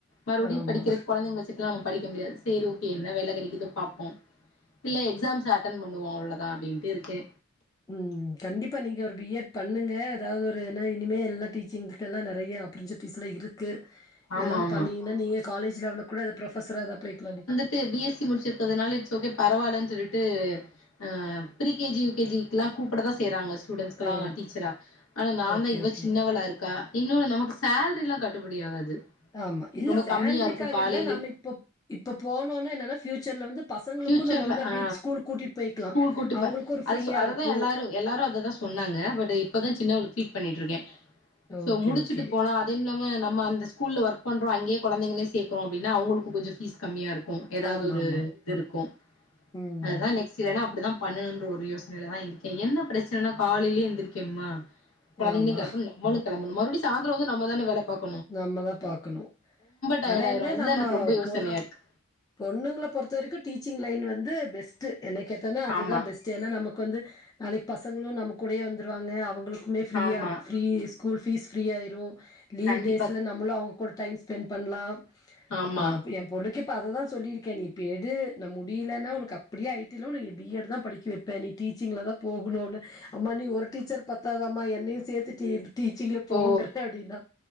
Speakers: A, on the left; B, on the left.
A: மறுபடியு
B: ஆமா
A: படிக்கிறக் கொழந்தைங்கள வச் சுட்லா நம்ம படிக்க முடியாது சரி ஓகே என்ன வேல கெடைக்குதோ பாப்போ இல்ல எக்ஸாம்ஸ் அட்டென் பண்ணுவோ அவ்ளோதா அப்டின்ட்டு இருக்கே
B: ம் கண்டிப்பா நீங்க ஒரு பி எட் பண்ணுங்க எதாவ்து ஒரு ஏனா இனிமே எல்லா டீச்சிங் கெல்லா நெறையா ஆப்பரச்சுட்டிஸ்ஸெலா இருக்கு
A: ஆமா
B: எதோ ஓன்னு
A: ஆமா
B: பண்ணீங்கன்னா நீங்க காலேஜ் லெவல்ல கூட எதா ப்ரொஃபஸரா எதா போய்க்கலா நீங்க
A: து பி எஸ் சி முடிச்சிருக்கிறதுனால இட்ஸ் ஓகே பரவாலன்னு சொல்லிட்டு அ pre K G U K G க்ல்லா கூப்டதா செய்யறாங்க ஸ்டூடென்ஸ்குல்லா
B: ஆ
A: டீச்சரா ஆனா நாந்தா
B: ஓகே
A: இவ
B: ஓகே
A: சின்னவளா இருக்கா இன்னொன்னு நமக்கு சேல்ரி எல்லா கட்டுப்படி ஆகாது
B: ஆமா இல்ல
A: ரொம்ப
B: சேல்ரிக்காக
A: கம்மியா இருக்கு காலையிலே
B: இல்ல நம்ம இப்போ இப்போ போனோன்னா என்னன்னா ஃபயூச்சர்ல வந்து பசங்களுக்கு
A: ஃபியூச்சர்ல
B: நம்ம வந்து அப்டி
A: ஆ
B: ஸ்கூல் கூட்டிட்டு போயிக்கலா
A: ஸ்கூல் கூட்டிப்ப
B: அவங்களுக்கு ஒரு ஃப்ரீயா
A: அது அததா
B: இருக்கு
A: எல்லாரு எல்லாரு அததா சொன்னாங்க பட் இப்பதா சின்னவளுக்கு பீட் பண்ணிட்டு இருக்கே சோ
B: ஓகே
A: முடிச்சுட்டு
B: ஓகே
A: போலா அ அதும் இல்லாம நம்ம அந்த ஸ்கூல்ல ஒர்க் பண்றோ அங்கே கொழந்தங்களயு சேர்க்குறோ அப்டினா அவங்களுக்கு கொஞ்சொ ஃபீஸ் கம்மியாருக்கு எதாவது
B: ஆமா
A: ஒரு
B: ஆமா
A: இது இருக்கு
B: ம்
A: அதா நெ இஸ் இல்லனா அப்டிதா பண்ணுன்ற ஒரு யோஸ்னைலதா இருக்கே என்ன ப்ரச்சனைனா காலைலே எந்துரிக்கனுமா கொழந்தைகளயு
B: ஆமா
A: கிளம்பனு நாம்மலு கிளம்பனு மறுவ்டி சாந்தர வந்து நம்ம தான வேல பாக்கனு
B: நாமதா பாக்கணு
A: டயர்ட்
B: ஆனா
A: ஆயிரு
B: என்ன
A: அதுதா
B: நம்ம
A: எனக்கு ரொம்ப யோசனையா
B: போடு
A: இருக்கு
B: பொண்ணுங்ள பொறுத்த வரக்கு டீச்சிங் லைன் வந்து பெஸ்ட்டு என்ன கேட்டன்னா அதுதா
A: ஆமா
B: பெஸ் ஏன்னா நமக் வந்து நாளைக் பசங்ளு நாம கூடயே வந்துருவாங்க அவங்ளுக்குமே ஃபீரியா
A: ஆமா
B: இருக் ஃபீரீ கூல் ஃபீஸ் ஃப்ரீ ஆயிரு
A: கண்டி
B: ஸ்ல நம்மளு அவுங் கூட டைம் ஸ்பெண்ட் பண்லா
A: ஆமா
B: அ ஏ பொண்ணுக்கு இப்ப அததா சொல்லிருக்கே நீ இப்ப‌ எடு நா முடிய்லேனா உனக் அப்புடியே ஐட்டி இல்ல உனக்கு பிஎட் தா படிக்க வெப் நீ டீச்சிங்ல தா போகுணுன்ன அம்மா நீ ஒரு டீச்சர் பத்தாதாம்மா என்னயு சேத்து டீப் டீச்சிங்ல போங்குற
A: ஓ
B: அப்டின்னா